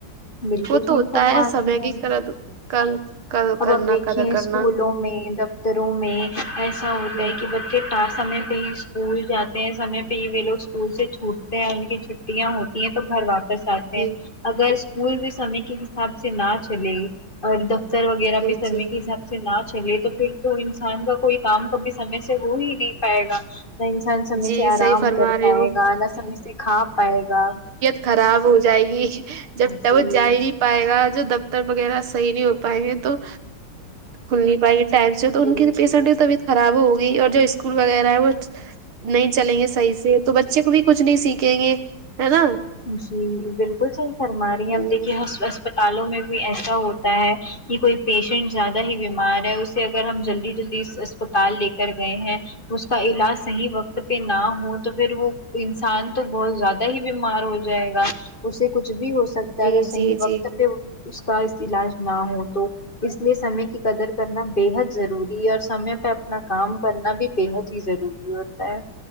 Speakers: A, on the left (about 30°); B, on the right (about 90°).
A: بلکل
B: وہ تو
A: صحیح
B: ہوتا
A: فرمایا
B: سمے
A: رہی ہے ہیں
B: کی کرد کل کل
A: اپ
B: کرنا
A: اب اپ دیکھے
B: قدر کرنا
A: اسکولوں میں دوا روں میں ایسا ہوتا
B: ہ
A: ہے کہ بچے ا سمے پہ ہی اسکول جاتے ہیں سمے پہ ہی وہ لوگ اسکول سے چھوٹتے ہیں ان کی چ چھٹیاں ہوتی ہیں تو گھر واپس آتے
B: جی
A: ہیں اگر کوئی بھی سمے کے حساب سے نہ چلے اور دفتر وغیرہ
B: جی
A: بھی
B: جی
A: سمے کے حساب سے نہ چلے تو پھر تو انسان کا کوئی کام کبھی سمے سے ہو ہی نہیں پائے گا نہ نہ سمے
B: جی
A: سے آرام
B: صحیح فرما
A: کر
B: رہے
A: پائے
B: ہو
A: گا نہ سمے سے کھا پائے گا
B: کھراب ہو جائے گی جب
A: جی
B: تواج جائے ری پائے گا جو دفتر وغیرہ صحیح نہیں ہو پائیں گے تو کھل نہیں پائیں گے ٹیپ سے تو
A: بالکل
B: ان کی پیشنٹ کی طبیعت خراب ہوگی اور جو اسکول وغیرہ ہے وہ نہیں چلیں گے صحیح سے تو بچے کو بھی کچھ نہیں سیکھیں گے ہے نا
A: جی بلکل صحیح فرما رہی ہیں
B: ہ
A: اپ دیکھیے حس بس اسپتالوں میں بھی ایسا ہوتا ہے کہ کوئی پیشنٹ زیادہ ہی بیمار ہے اسے اگر ہم جل جلدی جلدی اسپتال لے کر گئے ہیں اس کا علاج صحیح وقت پہ نہ ہو تو پھر وہ انسان تو بہت زیادہ ہی بیمار مار ہو جائے گا اسے کچھ بھی ہو سکتا
B: جی
A: ہے اگر
B: جی
A: صحیح وقت
B: جی
A: پہ ہو اس کا علاج نہ ہو تو اس لیے سمے کی قدر کرنا بےحد ضروری ہے اوس سمے پہ اپنا کام کرنا بھی بےحد ہی ضروری ہوتا ہے